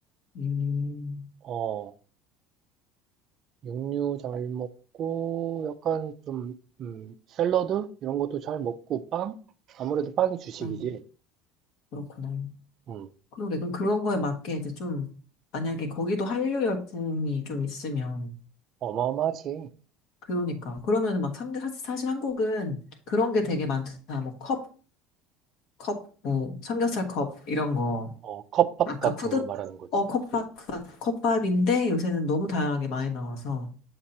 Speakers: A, on the left; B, on the right.
A: 음,
B: 어, 육류 잘 먹고, 약간 좀, 음, 샐러드? 이런 것도 잘 먹고, 빵? 아무래도 빵이 주식이지.
A: 아, 그렇구나.
B: 음,
A: 그러게, 그럼 그런 거에 맞게 이제 좀, 만약에 거기도 한류 열풍이 좀 있으면,
B: 어마어마하지.
A: 그러니까. 그러면은 막 삼겹, 사실, 사실 한국은 그런 게 되게 많잖아. 뭐 컵, 컵, 뭐 삼겹살 컵, 이런 거.
B: 어, 컵밥
A: 아까
B: 같은
A: 푸드,
B: 거 말하는 거지.
A: 어, 컵밥, 컵밥인데 요새는 너무 다양하게 많이 나와서.